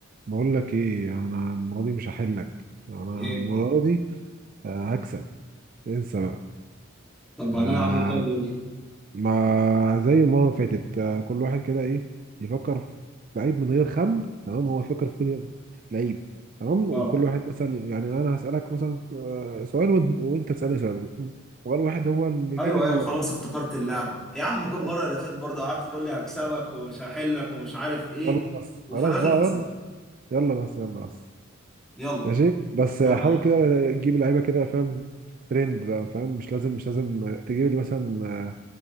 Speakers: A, on the right; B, in the centre.
A: بقول لك ايه انا المره دي مش هحلك انا
B: ايه
A: المره دي آه، هكسب انسى بقى
B: طب
A: آه،
B: هنلعب ايه طيب قول لي
A: ما زي المره اللي فاتت آه، كل واحد كده ايه يفكر في لعيب من غير خم تمام هو فكر في لعيب تمام
B: اه
A: وكل واحد مثلا يعني انا هسالك مثلا آه، سؤال وانت, وانت تسالني سؤال وقال واحد هو اللي يجيب
B: ايوه
A: ال-
B: ايوه خلاص افتكرت اللعبه يا عم كل مره
A: بس
B: اللي فاتت برضه قعدت تقول لي هكسبك ومش هحلك ومش عارف ايه
A: يلا بس
B: وفي
A: خلاص
B: الاخر
A: بقى
B: خسرت
A: يلا يلا بس يلا بس
B: يلا
A: ماشي بس
B: يلا
A: حاول
B: يا عم
A: كده تجيب لعيبه كده فاهم ترند بقى فاهم مش لازم مش لازم تجيب لي مثلا آه